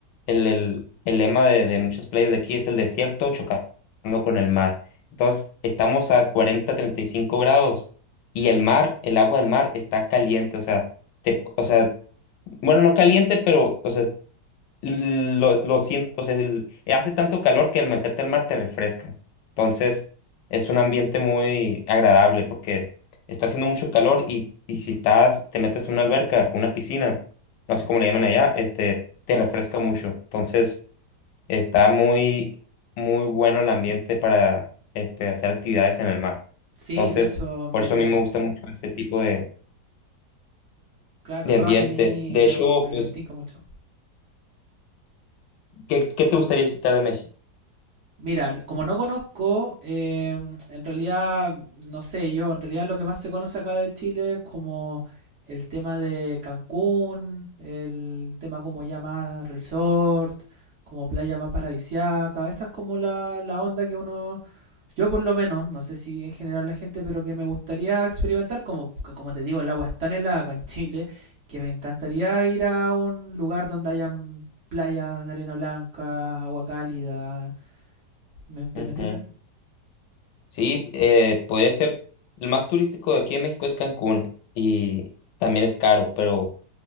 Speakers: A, on the left; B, on the right.
A: el, el, el lema de, de muchas playas de aquí es el desierto chocando con el mar. Entonces estamos a cuarenta treinta y cinco grados y el mar, el agua del mar está caliente, o sea, te, o sea, bueno, no caliente, pero o sea, lo, lo siento, o sea, el- hace tanto calor que al meterte al mar te refresca. Entonces, es un ambiente muy agradable porque está haciendo mucho calor y, y si estás, te metes a una alberca, una piscina, no sé cómo le llaman allá, este, te refresca mucho. Entonces, está muy, muy bueno el ambiente para, este, hacer actividades en el mar.
B: Sí,
A: Entonces,
B: de hecho, me,
A: por eso
B: me,
A: a mí me gusta mucho ese tipo de,
B: claro,
A: de
B: no,
A: ambiente.
B: a mí
A: De
B: me,
A: hecho,
B: me
A: pues,
B: tinca mucho.
A: ¿qué, qué te gustaría visitar de México?
B: Mira, como no conozco, eh, en realidad, no sé, yo, en realidad lo que más se conoce acá de Chile es como el tema de Cancún, el tema como ya más resort, como playa más paradisiaca, esa es como la, la onda que uno, yo por lo menos, no sé si en general la gente, pero que me gustaría experimentar, como, porque como te digo, el agua es tan helada acá en Chile, que me encantaría ir a un lugar donde hayan playas de arena blanca, agua cálida ¿Me, te,
A: Ujú.
B: ¿me entiendes?
A: Sí, eh, podría ser. El más turístico de aquí en México es Cancún y también es caro, pero